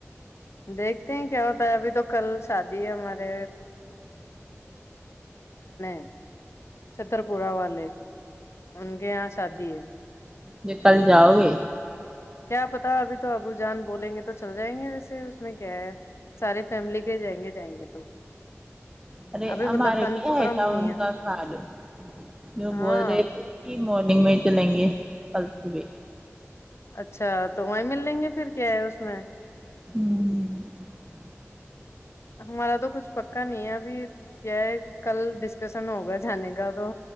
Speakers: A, on the left; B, on the right.
A: دیکھتے ہیں کیا ہوتا ہے ابھی تو کل شادی ہے ہمارے <inaudible> چترپورہ والے ان کے یہاں شادی ہے
B: ج کل جاؤ گے
A: کیا پتا ابھی تو ابو جان بولیں گے تو چل جائیں گے ویسے اس میں کیا ہے سارے فیملی کے جائیں گے جائیں گے تو
B: ارے
A: ابھی
B: ہمارے
A: مطلب کنفرم
B: بھی آ تھا
A: نہیں
B: ان
A: ہے
B: کا فال جو
A: ہاں
B: بول رہے تھے کہ ڈگ میں ہی چلیں گے کل صبح
A: اچھا تو وہیں مل لیں گے پھر کیا ہے اس میں
B: ہوں
A: ہمارا تو کچھ پکا نہیں ہے ابھی کیا ہے کل ڈسکشن ہوگا جانے کا تو